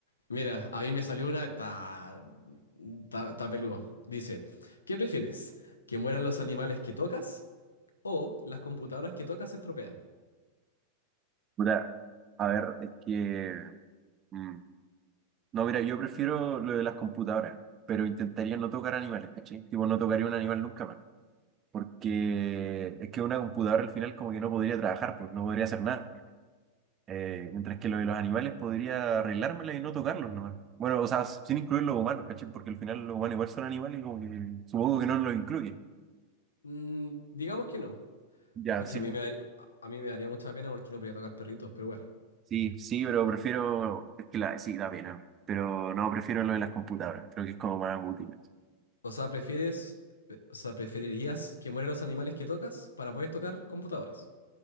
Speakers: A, on the left; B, on the right.
A: Mira, a mí me salió una, está, está, está peludo. Dice, ¿qué prefieres? ¿Que mueran los animales que tocas o las computadoras que tocas se estropean?
B: Puta, a ver, es que mm, no, mira, yo prefiero lo de las computadoras, pero intentaría no tocar animales, ¿cachai? Tipo, no tocaría un animal nunca más, porque es que una computadora al final como que no podría trabajar, pues no podría hacer nada, Eh, mientras que lo de los animales podría arreglármela y no tocarlos nomás. Bueno, o sea, sin incluir los humanos, ¿cachai? Porque al final los humanos igual son animales y como que supongo que no los incluye.
A: Mm, digamos que no.
B: Ya,
A: Pucha,
B: sí.
A: a mí me daría, a mí me daría mucha pena porque no podría tocar perritos, pero bueno.
B: Sí, sí, pero prefiero, es que la, sí, da pena, pero no, prefiero lo de las computadoras, creo que es como más útil.
A: O sea, prefieres, o sea, preferirías que mueran los animales que tocas para poder tocar computadoras.